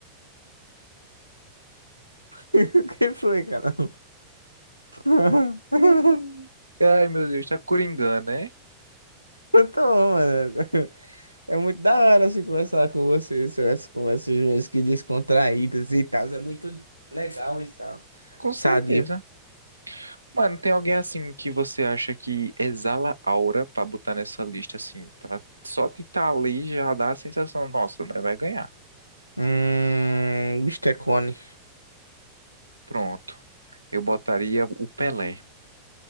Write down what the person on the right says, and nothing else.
Hum. Ai, meu Deus, tá coringando, né?
Com
certeza. Mano, tem alguém assim que você acha que exala aura pra botar nessa lista assim, pra só de estar ali já dá a sensação, nossa, né? Vai ganhar.
Pronto. Eu botaria o Pelé.